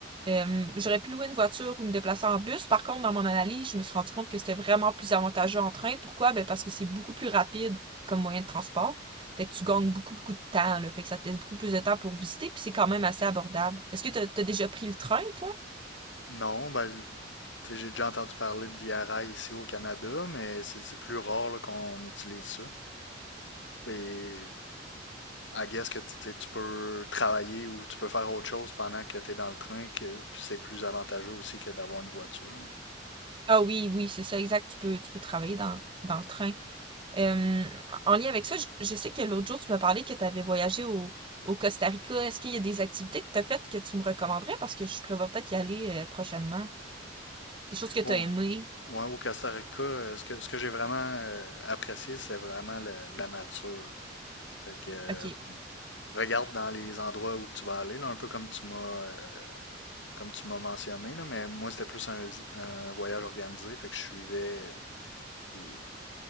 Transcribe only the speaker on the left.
Non, ben, tu sais, j'ai déjà entendu parler de Via Rail ici au Canada, mais c'est c'est plus rare là, qu'on utilise ça. Et à guess que tu sais, tu peux travailler ou tu peux faire autre chose pendant que tu es dans le train, que c'est plus avantageux aussi que d'avoir une voiture.
Au,
ouais, au Costa Rica, euh, ce que, ce que j'ai vraiment euh, apprécié, c'est vraiment le- la nature. Fait que euh,
regarde dans les endroits où tu vas aller, là, un peu comme tu m'as euh, comme tu m'as mentionné, là, mais moi c'était plus un, vi- un voyage organisé, fait que je suivais euh, les-